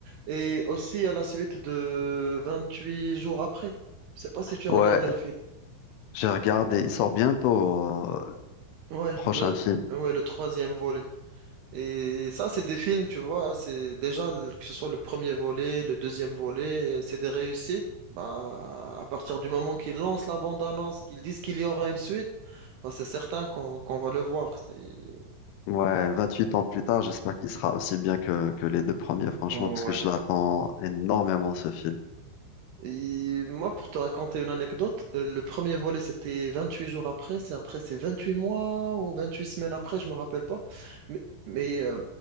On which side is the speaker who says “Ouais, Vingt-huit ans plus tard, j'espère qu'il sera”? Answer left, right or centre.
Left